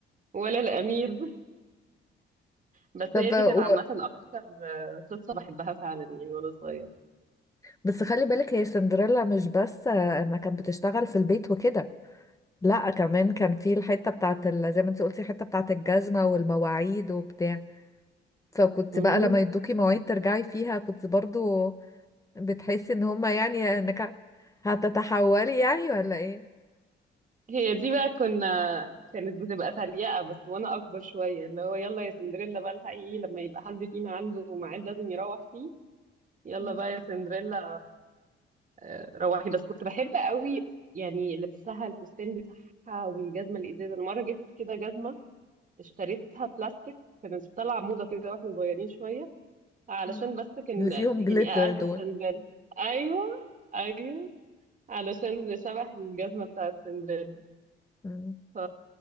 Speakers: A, on the right (about 40°); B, on the left (about 15°).
A: ولا الامير بس
B: طب
A: هي دي
B: و...
A: كانت عامه اكتر آه، قصه بحبها فعلا يعني وانا صغيره
B: بس خلي بالك هي سندريلا مش بس آه، انها كانت بتشتغل في البيت وكده لا كمان كان في الحتة بتاعت ال... زي ما انت قلتي الحتة بتاعت الجزمة والمواعيد وبتاع فكنت
A: امم
B: بقى لما يدوكي مواعيد ترجعي فيها كنت برضو بتحسي ان هما يعني انك هتتحولي يعني ولا ايه
A: هي دي بقى كنا كانت بتبقى تريقة بس وانا اكبر شوية اللي هو يلا يا سندريلا بقى الحقيقي لما يبقى حد فينا عنده ميعاد لازم يروح فيه يلا
B: مم.
A: بقى يا سندريلا آه، روحي بس كنت بحب قوي يعني لبسها الفستان بتاعها والجزمة الازاز انا مرة جبت كده جزمة اشتريتها بلاستيك كانت طالعة موضة كده واحنا صغيرين شوية علشان
B: مم.
A: بس كان
B: اللي فيهم
A: يعني
B: جليتر
A: اقل
B: دول
A: سندريلا ايوه ايوه علشان شبه الجزمة بتاعت سندريلا
B: مم.
A: ف...